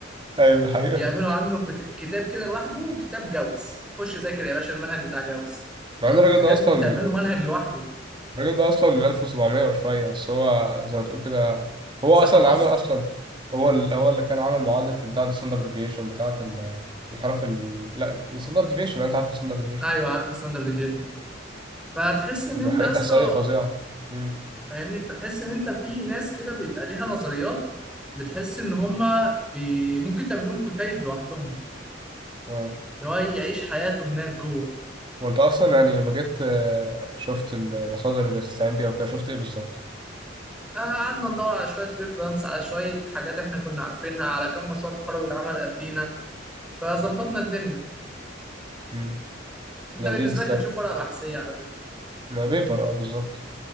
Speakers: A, on the right (about 25°); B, in the centre.
A: ايوه ده حقيقة
B: يعملوا عنه كت- كتاب كده لوحده كتاب جوز خش ذاكر يا باشا المنهج بتاع جوز
A: مع ان الراجل
B: بجد
A: ده اصلا
B: تعمل له منهج لوحده
A: الراجل ده اصلا من 1700 وشويه بس هو زي ما تقول كده هو
B: سابع
A: اصلا اللي عمل
B: عصره
A: اصلا هو ال... هو اللي كان عامل معادله بتاعه الستاندرد ديفيشن بتاعه ال- الانحراف ال... لا الستاندرد ديفيشن انت عارف الستاندرد ديفيشن
B: ايوه عارف الستاندرد ديفيجن فهتحس ان انت
A: حاجات
B: يا اسطى
A: احصائيه فظيعه امم
B: فاهمني فتحس ان انت في ناس كده بيبقى ليها نظريات بتحس ان هم بي... ممكن تعمل لهم كتيب لوحدهم
A: اه
B: اللي هو يعيش حياته هناك جوه
A: وانت اصلا يعني لما جيت آه، شفت المصادر اللي تستعين بيها وكده شفت ايه بالظبط
B: آه، قعدنا ندور على شويه ريفرنس على شويه حاجات احنا كنا عارفينها على كم مشروع تخرج اتعمل قبلينا فظبطنا الدنيا
A: امم
B: انت
A: لذيذ
B: بالنسبه
A: استنى
B: لك هتشوف ورقه بحثيه على فكره
A: ما بيبر اه بالظبط